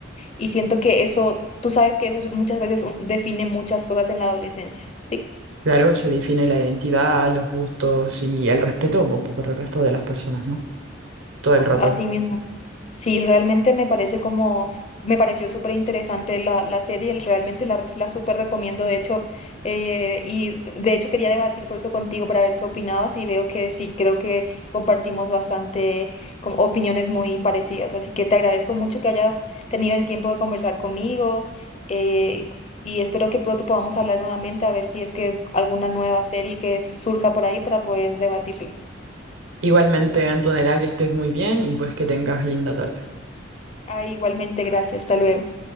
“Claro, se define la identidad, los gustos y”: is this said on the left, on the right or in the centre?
Right